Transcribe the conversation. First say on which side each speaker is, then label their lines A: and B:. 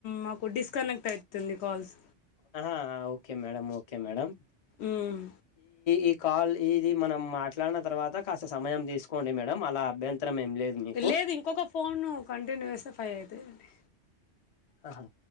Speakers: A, on the left; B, on the left.
A: మాకు డిస్కనెక్ట్ ఐతుంది కాల్స్
B: ఆహా okay madam okay madam
A: um
B: ఈ కాల్ ఇది మనం మాట్లాడిన తర్వాత కాస్త సమయం తీసుకోండి మేడం అలా అభ్యంతరం ఏం లేదు మీకు
A: లేదు ఇంకొక ఫోన్ కంటిన్యూ చేస్తే ఫైవ్ అయితయి అండి
B: ఆహా